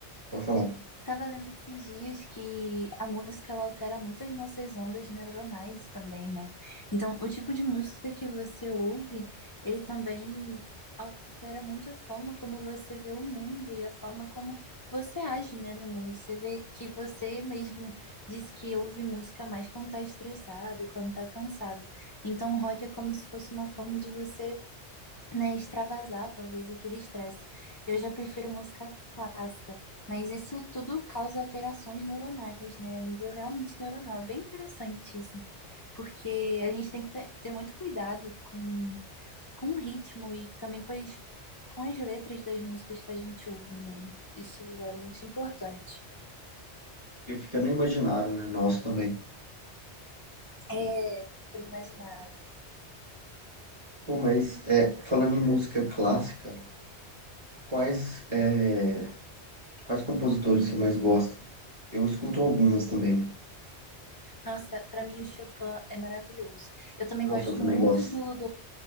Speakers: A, on the right (about 25°); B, on the left (about 30°).
A: pode falar.
B: Tava lendo esses dias que a música ela altera muito as nossas ondas neuronais também, né? Então, o tipo de música que você ouve, ele também altera muito a forma como você vê o mundo e a forma como você age, né, no mundo. Você vê que você mesmo diz que ouve música mais quando tá estressado, quando tá cansado. Então, o rock é como se fosse uma forma de você né, extravasar talvez aquele estresse. Eu já prefiro música clássica, mas isso tudo causa alterações neuronais, né, a nível realmente neuronal. É bem interessante isso, porque a gente tem que ter, ter muito cuidado com, com o ritmo e também com as, com as letras das músicas que a gente ouve, né? Isso é muito importante.
A: Eu fica no imaginário, né? Nosso também.
B: É, ficando imaginário.
A: Pô, mas é, falando em música clássica, quais é, quais compositores você mais gosta? Eu escuto algumas também.
B: Nossa, para mim o Chopin é maravilhoso. Eu também
A: Nossa,
B: gosto
A: eu também
B: muito
A: gosto.
B: do